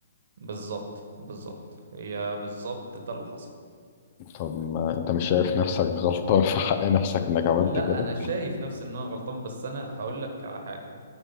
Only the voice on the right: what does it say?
بالظبط بالظبط هي بالظبط ده اللي حصل
لا
انا شايف نفسي ان انا غلطان بس انا هقول لك على حاجه